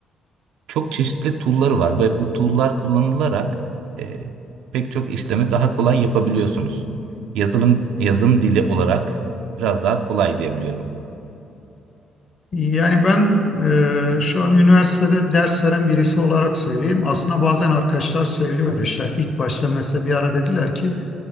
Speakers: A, on the right; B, on the left.
A: çok çeşitli tool'ları var ve bu tool'lar kullanılarak e, pek çok işlemi daha kolay yapabiliyorsunuz. Yazılım yazım dili olarak biraz daha kolay diyebiliyorum.
B: Yani ben e, şu an üniversitede ders veren birisi olarak söyleyeyim. Aslında bazen arkadaşlar söylüyor işte ilk başta mesela bir ara dediler ki